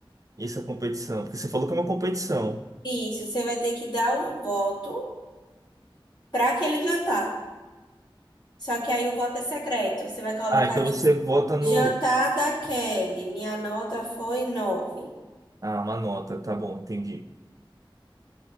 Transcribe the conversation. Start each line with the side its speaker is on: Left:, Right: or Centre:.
Right: essa competição? Porque você falou que é uma competição.
Left: Isso, você vai ter que dar o voto para aquele jantar. Só que aí o voto é secreto. Você vai colocar
Right: Ah, então
Left: tipo,
Right: você vota no.
Left: jantar da Kelly, minha nota foi nove.
Right: Ah, uma nota, tá bom, entendi.